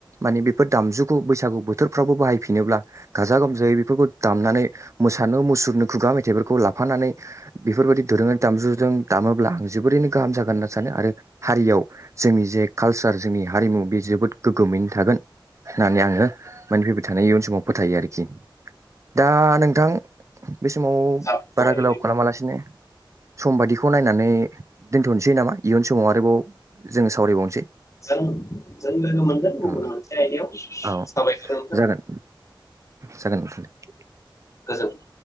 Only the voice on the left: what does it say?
महरखौहाय
जों
जों जों लोगो मोनगोन गुबुन
मोनसे आयदायाव
साबायखर नोंथां।
गोजोन।